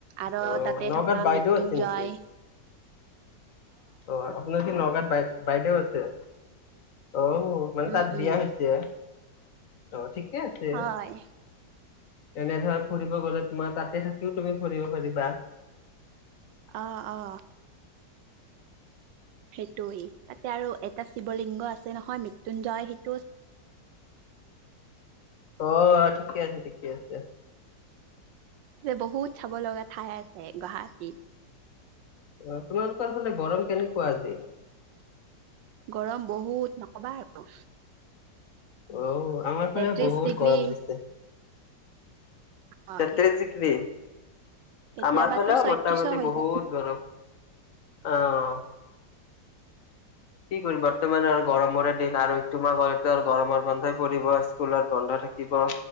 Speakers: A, on the right; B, on the left.
A: আৰ
B: অ
A: তাতে
B: নগাঁৱত
A: থকা
B: বাইদেউ
A: মৃত্যুঞ্জয়।
B: আছে নেকি? অ আপোনাৰ কি নগাঁওত বাই বাইদেউ আছে। অ মানে
A: উম
B: তাত বিয়া
A: উম
B: হৈছে। অ ঠিকে আছে।
A: হয়
B: তেনেধৰা ফুৰিব গলে তোমাৰ তাতে থাকিও তুমি ফুৰিব পাৰিবা।
A: অ অ, সেইটোৱেই। এতিয়া আৰু এটা শিৱলিংগ আছে নহয় মৃ ত্যুঞ্জয় সেই
B: অ' ঠিকে আছে, ঠিকে আছে।
A: যে বহুত চাব লগা ঠাই আছে গুৱাহাটীত।
B: অ' তোমালোকৰ ফালে গৰম কেনেকুৱা আজি?
A: গৰম বহুত, নকবা আৰু।
B: অ। আমাৰ
A: তেত্ৰিশ
B: ফালে বহুত
A: ডিগ্ৰী
B: গৰম দি'ছে।
A: হয়
B: তেত্ৰিশ ডিগ্ৰী।
A: কেতিয়াবাতো
B: আমাৰ ফালেও
A: ছয়ত্ৰিশো
B: মোটামুটি
A: হৈ
B: বহুত
A: যায়
B: গৰম। অ'। কি কৰি বৰ্তমান আৰু গৰমৰে দিন‌। আৰু ইটো মাহত আৰু গৰমৰ বন্ধই পৰিব, স্কুলত বন্ধ থাকিব।